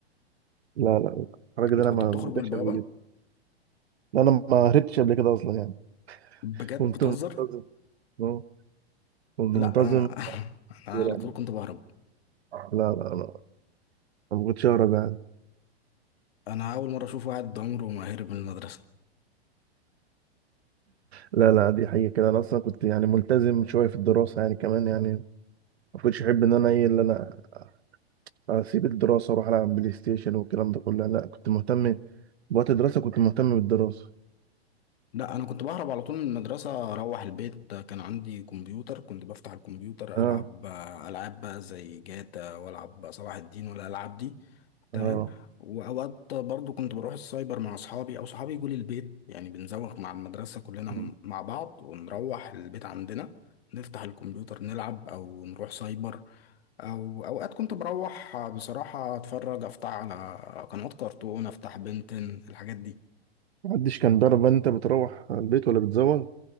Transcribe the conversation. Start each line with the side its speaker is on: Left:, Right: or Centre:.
Right: لا لا الحركه
Left: أنت
Right: دي انا
Left: كنت
Right: ما ما
Left: بتخرج
Right: عملتهاش
Left: من البوابة؟
Right: قبل كده لا انا ما هربتش قبل كده اصلا يعني
Left: بجد
Right: كنت
Left: بتهزر؟
Right: منتظم آه، كنت
Left: لأ
Right: منتظم
Left: <laughs> أنا أنا
Right: يعني
Left: على طول كنت بهرب
Right: لا لا لا أنا ما كنتش اهرب يعني
Left: أنا أول مرة أشوف واحد عمره ما هرب من المدرسة
Right: لا لا دي حقيقه كده انا اصلا كنت يعني ملتزم شويه في الدراسه يعني كمان يعني ما كنتش احب ان انا ايه اللي انا اسيب الدراسه واروح العب بلاي ستيشن والكلام ده كله لا كنت مهتم بوقت الدراسه كنت مهتم بالدراسه
Left: لا انا كنت بهرب على طول من المدرسه اروح البيت كان عندي كمبيوتر كنت بفتح الكمبيوتر
Right: اه
Left: العب العاب بقى زي جاتا والعب بقى صلاح الدين والالعاب دي تمام
Right: اه
Left: واوقات برضو كنت بروح السايبر مع اصحابي او صحابي يجوا لي البيت يعني بنزوغ مع المدرسه كلنا
Right: مم.
Left: مع بعض ونروح البيت عندنا نفتح الكمبيوتر نلعب او نروح سايبر او اوقات كنت بروح بصراحه اتفرج افتح على قنوات كرتون افتح بنتن الحاجات دي
Right: محدش كان بيعرف بقى إن انت بتروح البيت ولا بتزوغ